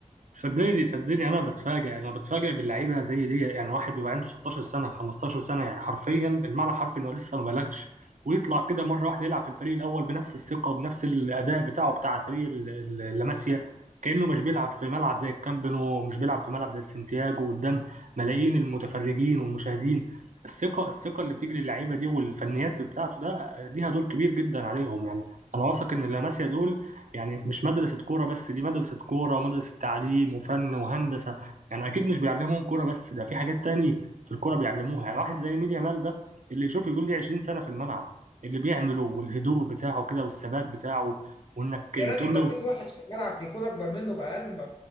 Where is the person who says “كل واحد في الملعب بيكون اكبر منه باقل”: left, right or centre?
Left